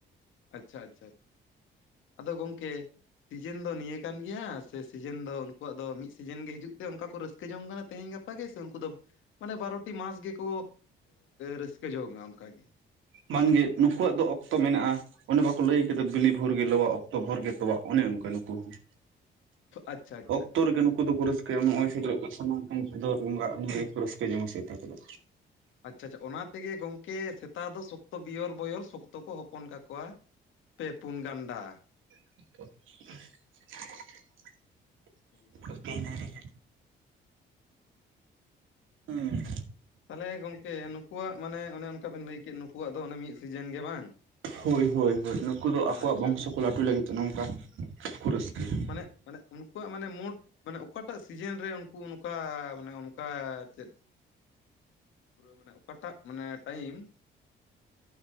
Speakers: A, on the left (about 80°); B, on the right (about 80°).
A: ᱟᱪᱪᱷᱟ ᱟᱪᱪᱷᱟ ᱟᱪ ᱟᱫᱚ ᱜᱚᱝᱠᱮ ᱥᱤᱡᱮᱱ ᱫᱚ ᱱᱤᱭᱟ ᱠᱟᱱ ᱜᱤᱭᱟ ᱥᱮ ᱥᱤᱡᱮᱱ ᱫᱚ ᱩᱱᱠᱩ ᱣᱟᱜ ᱫᱚ ᱢᱤᱫ ᱥᱤᱡᱮᱱ ᱜᱮ ᱦᱤᱡᱩᱜ ᱛᱮ ᱚᱱᱠᱟ ᱠᱚ ᱨᱟᱹᱥᱠᱟᱹ ᱡᱚᱝ ᱠᱟᱱᱟ ᱛᱮᱦᱤᱧ ᱜᱟᱯᱟ? ᱚᱱᱠᱟ ᱜᱮ ᱥᱮ ᱩᱱᱠᱩ ᱫᱚ ᱢᱟᱱᱮ ᱵᱟᱨᱚᱴᱤ ᱢᱟᱥ ᱜᱮᱠᱚ ᱨᱟᱹᱥᱠᱟᱹ ᱡᱚᱝᱼᱟ ᱚᱱᱠᱟᱜ ᱜᱮ?
B: ᱵᱟᱝᱜᱮ ᱱᱩᱠᱩᱣᱟᱜ ᱫᱚ ᱚᱠᱛᱚ ᱢᱮᱱᱟᱜᱼᱟ᱾ ᱚᱱᱮ ᱵᱟᱠᱚ ᱞᱟᱹᱭ ᱠᱟ ᱵᱤᱞᱤ ᱵᱷᱳᱨ ᱜᱮ ᱞᱚᱣᱟ ᱚᱠᱛᱚ ᱵᱷᱳᱨ ᱜᱮ ᱛᱚᱣᱟ ᱚᱱᱮ ᱚᱱᱠᱟ ᱱᱩᱠᱩ ᱦᱚᱸ᱾
A: ᱟᱪᱪᱷᱟ ᱟᱪᱪᱷᱟ
B: ᱚᱠᱛᱚ ᱨᱮᱜᱮ ᱱᱩᱠᱩ ᱫᱚ ᱠᱚ ᱨᱟᱹᱥ ᱱᱚᱜᱼᱚᱭᱭ ᱥᱮᱴᱮᱨᱚᱜ ᱠᱟᱱᱟ ᱥᱟᱢᱟᱝ ᱠᱟᱱ ᱵᱷᱟᱫᱚᱨ ᱵᱚᱸᱜᱟ ᱩᱱᱜᱮᱠᱚ ᱨᱟᱹᱥᱠᱟᱹ ᱡᱚᱝᱟ ᱥᱮᱛᱟ ᱠᱚ ᱫᱚ᱾
A: ᱟᱪᱪᱷᱟ ᱟᱪᱪᱷᱟ ᱚᱱᱟ ᱛᱮᱜᱮ ᱜᱚᱝᱠᱮ ᱥᱮᱛᱟ ᱫᱚ ᱥᱚ ᱛᱚ ᱵᱤᱭᱚᱞ ᱵᱚᱭᱚᱞ ᱥᱚᱠᱛᱚ ᱠᱚ ᱦᱚᱯᱚᱱ ᱠᱟᱠᱚᱣᱟ ᱯᱮ ᱯᱩᱱ ᱜᱟᱱᱰᱟ᱾
B: <unintelligible>
A: ᱮᱠᱫᱚᱢ
B: ᱦᱩᱸ
A: ᱛᱟᱦᱞᱮ ᱜᱚᱝᱠᱮ ᱱᱩᱠᱩᱣᱟᱜ ᱢᱟᱱᱮ ᱚᱱᱮ ᱚᱱᱠᱟ ᱵᱮᱱ ᱞᱟᱹᱭ ᱠᱮᱫ ᱱᱩᱠᱩᱣᱟᱜ ᱫᱚ ᱚᱱᱮ ᱢᱤᱫ ᱥᱤᱡᱮᱱ ᱜᱮ ᱵᱟᱝ?
B: ᱦᱳᱭ ᱦᱳᱭ ᱦᱳᱭ ᱱᱩᱠᱩ ᱫᱚ ᱟᱠᱚᱣᱟᱜ
A: ᱟᱪᱪᱷᱟ
B: ᱵᱚᱝᱥᱚ
A: ᱟᱪᱪᱷᱟ
B: ᱠᱚ ᱞᱟᱹᱴᱩᱭ ᱞᱟᱹᱜᱤᱫ ᱛᱮ ᱱᱚᱝᱠᱟ
A: ᱟᱪᱪᱷᱟ
B: ᱠᱚ ᱨᱟᱹᱥᱠᱟᱹᱭᱟ
A: ᱟᱪᱪᱷᱟ ᱢᱟᱱᱮ ᱢᱟᱱᱮ ᱩᱱ ᱩᱱᱠᱩᱣᱟᱜ ᱢᱟᱱᱮ ᱢᱳᱰ ᱢᱟᱱᱮ ᱚᱠᱟᱴᱟᱜ ᱥᱤᱡᱮᱱ ᱨᱮ ᱩᱝᱠᱩ ᱚᱱᱠᱟ ᱢᱟᱱᱮ ᱚᱱᱠᱟ ᱟᱨ ᱪᱮᱫ ᱯᱩᱨᱟᱹ ᱢᱟᱱᱮ ᱚᱠᱟᱴᱟᱜ ᱢᱟᱱᱮ ᱴᱟᱹᱭᱤᱢ